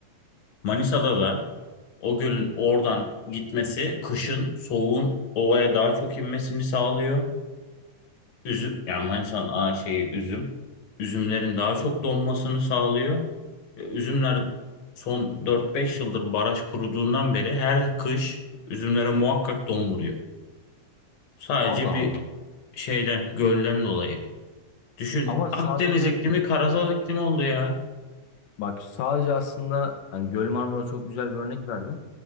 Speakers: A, on the left (about 60°); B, on the left (about 85°).
A: Manisa'da da o gölün oradan gitmesi kışın soğuğun ovaya daha çok inmesini sağlıyor. üzüm yani Manisa'nın ana şeyi üzüm. Üzümlerin daha çok donmasını sağlıyor. E, Üzümler son dört beş yıldır baraj kuruduğundan beri her kış üzümlere muhakkak don vuruyor. Sadece
B: Allah
A: bir
B: Allah.
A: şeyden, gölden dolayı. Düşün,
B: Ama sadece
A: Akdeniz iklimi karasal iklim oldu ya.
B: bak sadece aslında hani Göl Marmara çok güzel bir örnek verdin.